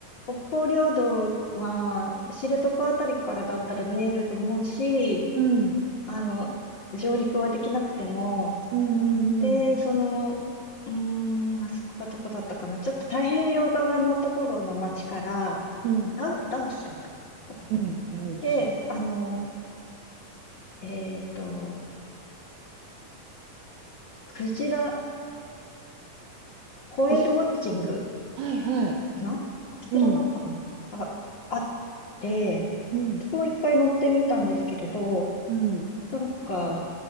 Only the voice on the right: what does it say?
うん。
うん。うんうん。
うん。
うん。ラウス。
くじ。はいはい。
うん。
うん。
うん。